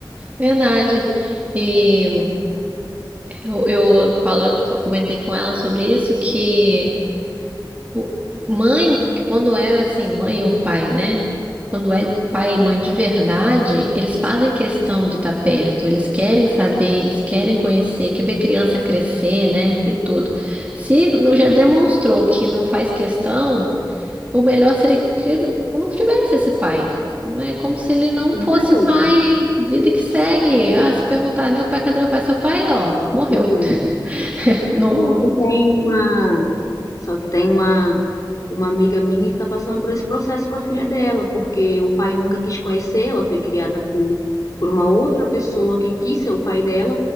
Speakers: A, on the right (about 20°); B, on the left (about 45°).
A: Verdade. E. Eu, eu falo- eu comentei com ela sobre isso, que o- mãe, quando é assim, mãe ou pai, né? Quando é pai e mãe de verdade, eles fazem questão de estar perto, eles querem saber, eles querem conhecer, quer ver criança crescer, né? E tudo. Se não- já demonstrou que não faz questão, o melhor seria que não tivesse esse pai. Não é como se ele não
B: Com
A: fosse
B: certeza,
A: pai, vida que segue. Ah, se perguntar, meu pai, cadê meu pai? Seu pai, ó, morreu.
B: verdade.
A: <laughs> Não,
B: Só que tem uma, só que tem uma, uma amiga minha que tá passando por esse processo com a filha dela, porque o pai nunca quis conhecer, ela foi criada por, por uma outra pessoa que quis ser o pai dela.